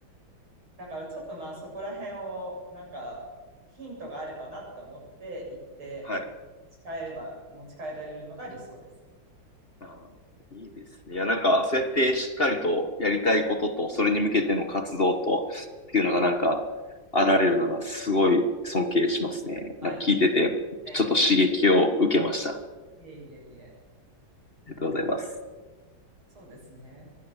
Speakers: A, on the right (about 85°); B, on the left (about 30°).
A: だからちょっとまあそこら辺をなんかヒントがあればなって思って行って
B: はい。
A: 持ち帰れば、持ち帰られるのが理想です。
B: ああ、いいですね。いや、なんか、そうやってしっかりとやりたいことと、それに向けての活動と、っていうのがなんか、あられるのがすごい尊敬しますね。
A: あ、
B: なんか聞いてて、
A: いえいえ。全
B: ちょっと刺激を受けました。あ
A: 然いえいえいえ。
B: りがとうございます。
A: そうですね。